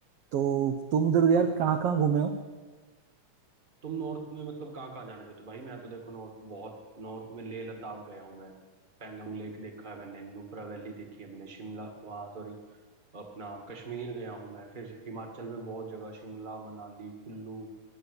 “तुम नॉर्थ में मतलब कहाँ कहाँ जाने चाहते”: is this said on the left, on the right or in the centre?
Right